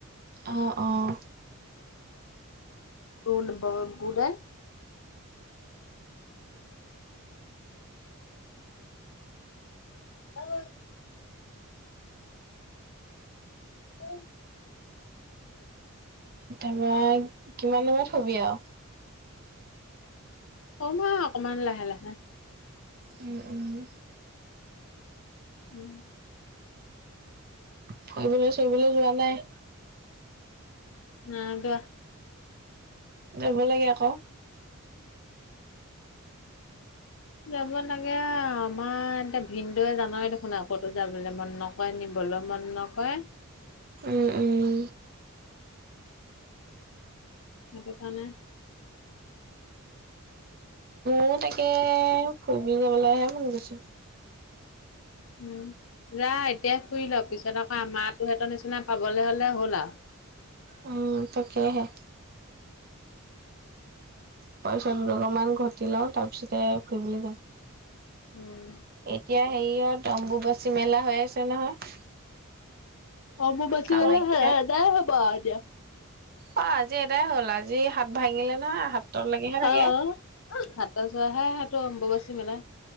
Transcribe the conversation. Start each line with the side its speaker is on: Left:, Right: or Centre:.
Right: অঁ অঁ।
Left: গল বৰ বু দাই। <unintelligible> <unintelligible>
Right: তাৰপৰা কিমান টাইমত শুবি আৰু?
Left: শুম আৰু অকনমান লাহে লাহে।
Right: উম, উম,
Left: উম।
Right: ফুৰিবলৈ চুৰিবলৈ যোৱা নাই?
Left: নাই যোৱা।
Right: যব লাগে আক।
Left: যাব লাগে আৰু আমাৰ এতিয়া ভিনদেওৱে জানৈ দেখোন আ ক'তো যাবলৈ মন নকৰে নিব লো মন নকৰে
Right: উম উম।
Left: সেইটোকাৰণে
Right: মোৰ তাকে ফুৰিবলৈ যাবলৈহে মন গৈছে
Left: উম যা এতিয়া ফুৰি ল পিছত আকৌ আমাৰতোৰ সেহঁতৰ নিচিনা পাবলৈ হলে হ'ল আৰু
Right: উম তাকে হে পইচা দুটকা মান ঘটি লওঁ তাৰ পিছতে ফুৰিবলৈ যাম।
Left: উম।
Right: এতিয়া হেৰিয়ত অম্বুবাচী মেলা হৈ আছে নহয়।
Left: অম্বুবাচী
Right: কামাখ্যাত
Left: মেলা এদাই হব আৰু এতিয়া।
Right: অ আজি এদাই হ'ল আজি হাত ভাঙিলে নহয় হাতৰলৈকেহে থাকে
Left: আহ সাতটাৰ পৰা হে হয়টো অম্ববাচী মেলা।